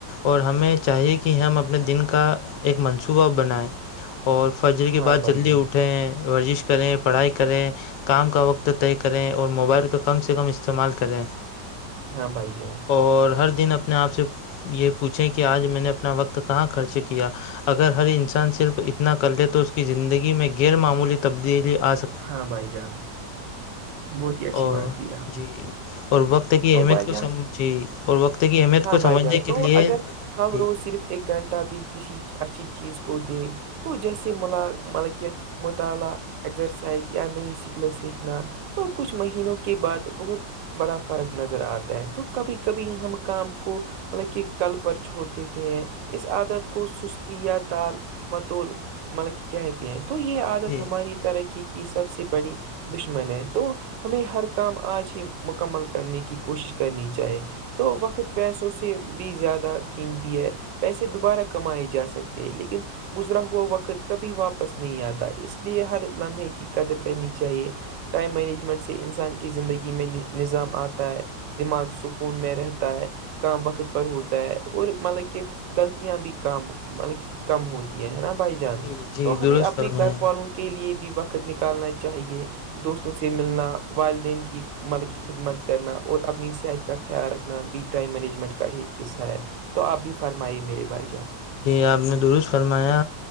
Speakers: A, on the left; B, on the right.
A: اور ہمیں چاہیے کہ ہم اپنے دن کا ایک منصوبہ بنائیں اور فجر کے
B: ہاں
A: بعد
B: بھائی
A: جلدی
B: جان
A: اٹھیں ورزش کریں پڑھائی کریں کام کا وقت طے کریں اور موبائل کم سے کم استعمال کریں
B: ہاں بھائی جان
A: اور پر دن اپنے آپ سے یہ پوچھیں کہ آج میں نے اپنا وقت کہاں خرچ کیا اگر ہر انسان صرف اتنا کر لے تو اس کی زندگی میں غیر معمولی تبدیلی آ س
B: ہاں بھائی جان بہت ہی اچھی
A: اور
B: بات کی آپ نے
A: جی اور وقت کی
B: تو
A: اہمیت
B: بھائی
A: کو
B: جان
A: سمجھی اور وقت کی اہمیت
B: ہاں
A: کو
B: بھائی
A: سمجھنے
B: جان
A: کے
B: تو
A: لیے
B: اگر ہم
A: جی
B: روز صرف ایک گھنٹہ بھی کسی اچھی چیز کو دیں تو جیسے ملا مطلب کہ مطالعہ ازرسائز یا نئی سکلیں سیکھنا تو کچھ مہینوں کے بعد بہت بڑا فرق نظر آتا ہے تو کبھی کبھی ہم کام کو مطلب کہ کل پر چھوڑ دیتے ہیں اس عادت کو سستی یا تال متول مطلب کہ کہتے ہیں تو یہ عادت
A: جی
B: ہماری ترقی کی سب سے بڑی دشمن ہے تو ہمیں ہر کام آج ہی مکمل کرنے کی کوشش کرنی چاہیے تو وقت پیسوں سے بھی زیادہ قیمتی ہے پیسے دوبارہ کمائے جا سکتے ہیں لیکن گزرا ہوا وقت کبھی واپس نہیں آتا اس لیے ہر لمحے کی قدر کرنی چاہیے ٹائم مینجمنٹ سے انسان کی زندگی میں نظام آتا ہے دماغ سکون میں رہتا ہے کام وقت پر ہوتا ہے اور مطلب کہ غلطیاں بھی کام مطلب کہ کم ہوتی ہے نا بھائی جان
A: جی جی
B: تو ہمیں
A: درست
B: اپنے
A: فرمایا
B: گھر والوں کے لیے بھی بھی وقت نکالنا چاہیے دوستوں سے ملنا والدین کی مل کی خدمت کرنا اور اپنی صحت کا خیال رکھنا نا بی ٹائم مینجمنٹ کا ہی حصہ ہے تو آپ بھی فرمائیے میرے بھائی جان
A: جی آپ نے درست فرمایا